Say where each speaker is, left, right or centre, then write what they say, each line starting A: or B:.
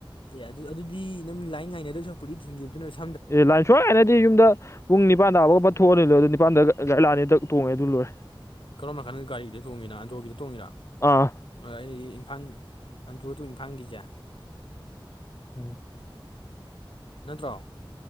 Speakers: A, on the left (about 70°); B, on the left (about 30°).
A: ꯑꯦ ꯑꯗꯨ ꯑꯗꯨꯗꯤ ꯅꯪ ꯂꯥꯏ ꯉꯥꯏꯅꯗꯧ ꯁꯛꯄꯨꯗꯤ ꯊꯤꯡꯈꯤꯕꯗꯨꯅꯁꯨ
B: ꯑꯦ ꯂꯥꯟꯁꯣꯏꯅꯗꯤ ꯌꯨꯝꯗ ꯄꯨꯡ ꯅꯤꯥꯟꯥꯕꯥꯎꯒ ꯑꯃ ꯊꯣꯛꯑꯅꯤ ꯂꯣꯏ ꯑꯗꯨ ꯅꯤꯄꯥꯥꯟꯗ ꯒꯥꯔꯤ ꯂꯑꯅꯤ ꯇꯣꯡꯉꯦ ꯑꯗꯨ ꯂꯣꯏꯦ
A: ꯀꯔꯝꯕ ꯃꯈꯥꯟꯗ ꯒꯥꯔꯤꯗ ꯇꯣꯡꯉꯤꯔ ꯑꯟꯗ꯭ꯔꯣꯒꯤꯗ ꯇꯣꯡꯉꯤꯔꯥ
B: ꯑꯥ
A: ꯑꯩꯗꯤ ꯏꯝꯐꯥꯜ ꯑꯖ ꯑꯗꯨ ꯏꯝꯐꯥꯜꯒꯤꯖ
B: ꯎꯝ
A: ꯅꯠꯇ꯭ꯔꯣ